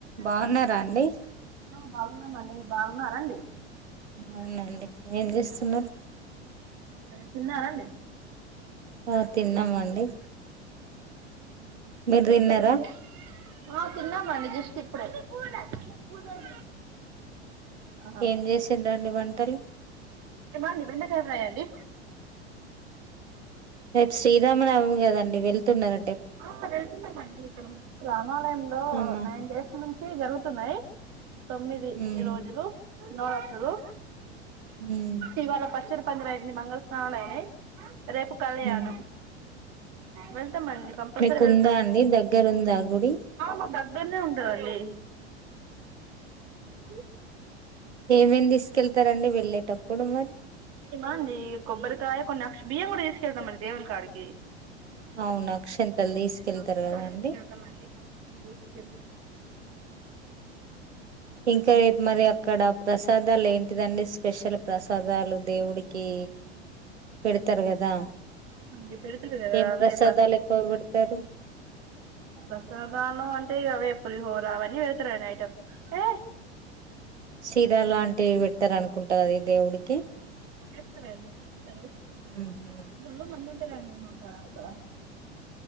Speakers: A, on the right (about 80°); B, on the right (about 45°).
A: బాగున్నారా అండి
B: ఆ బాగున్నామండి బాగున్నారండి
A: అవునండి ఏం చేస్తున్నారు
B: తిన్నారండి
A: ఆ తిన్నామండి
B: అవుండిం
A: మీరు
B: ళీ అయిపోరండి
A: తిన్నారా
B: ఆ తిన్నామండి జస్ట్ ఇప్పుడ పండడి ఆ
A: ఏం చేసిండ్రండి వంటలు
B: మడి బండకాయ ఫ్రై అండి
A: రేపు శ్రీరామనవమీ కదండి వెళ్తున్నార
B: మ వెళ్తున్నామండి ఇక్కడ ము రామాలయంలో
A: అమ్మా
B: నైన్ డేస్ నుంచి జరుగుతున్నాయి తొమ్మిది
A: ఉమ్
B: రోజులు నవరాత్రులు
A: ఉమ్
B: ఇవాళ పచ్చర పందిర అయింది మంగళ స్నానాలు అయినాయి రేపు కళ్యాణం
A: ఉమ్
B: వెళ్తామండి కంపల్సరీ
A: మీకుందా
B: వెళ్తాం
A: అండి దగ్గరుందా గుడి
B: మా దగ్గరనే ఉంటందండి అ
A: ఏమేమి తీసుకెళ్తారండి వెళ్ళేటప్పుడు మరి
B: మండి కొబ్బరికాయ కొన్ని అక్ష బియ్యం కూడా తీసుకెళ్తాంమండి దేవునీ కాడికి
A: అవును అక్షంతలు తీసుకెళ్తారు
B: తీసుకెళ్దామండి
A: కదా అండి
B: కంపల్సరీ <inaudible>
A: ఇంకా రేపు మరి అక్కడ ప్రసాదాలు ఏంటిదండి స్పెషల్ ప్రసాదాలు దేవుడికి పెడతారు కదా
B: అవునండి పెడతారు కదా
A: ఏం
B: అవే
A: ప్రసాదాలు ఎక్కువ పెడతారు
B: ప్రసాదలు అంటే ఇక అవే పూలిహోర ఇంకా అవన్నీ పెడతారు ఐటమ్స్ ఏ
A: శీరా లాంటివి పెట్టారు అనుకుంటా కద ఈ దేవుడికి
B: చేస్తారండి చేస్తారు
A: మ్మ్ హ్మ్
B: ఫుల్లు మంది <unintelligible>